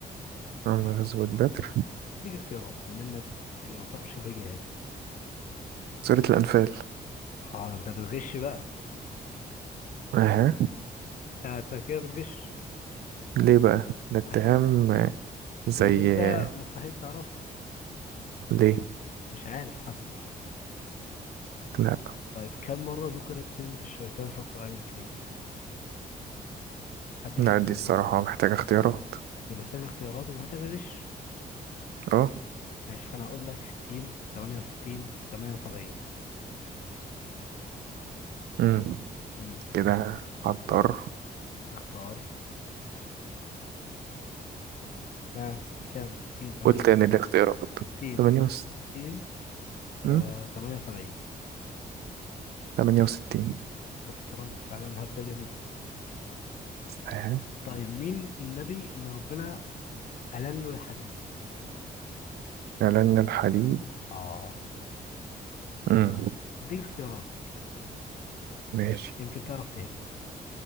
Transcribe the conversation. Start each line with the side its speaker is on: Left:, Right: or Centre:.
Right: عن غزوة بدر
Left: أديك اختيارات بما إنك يعتبر شبه جاهل
Right: سورة الأنفال
Left: أه ده أنت بتغش بقى
Right: اها
Left: أنت أنت كده بتغش
Right: ليه بقى ده اتهام
Left: عشان
Right: آه، زي
Left: لأن أنت
Right: آه،
Left: مستحيل تعرفها
Right: ليه
Left: مش عارف حاسك
Right: لا
Left: طيب كم مرة ذكرت كلمة الشيطان في القرآن الكريم؟ هديك
Right: لا
Left: اختيارات
Right: دي الصراحة محتاجة اختيارات
Left: دي محتاجة اختيارات ومحتاجة غش
Right: اه
Left: ماشي فأنا هقول لك 60 68 78
Right: امم
Left: امم
Right: كده عطار
Left: تختار ها كام 60 68
Right: قلت ان الاختيارات
Left: 60
Right: تمانية
Left: 68
Right: وس
Left: آه
Right: امم
Left: 78
Right: تمانية وستين
Left: محترم فعلا هبدة جميلة
Right: صحيح.
Left: طيب مين النبي اللي ربنا ألن له الحديد
Right: إعلان الحديد
Left: اه
Right: امم
Left: هديك اختيارات
Right: ماشي
Left: يمكن تعرف تهبط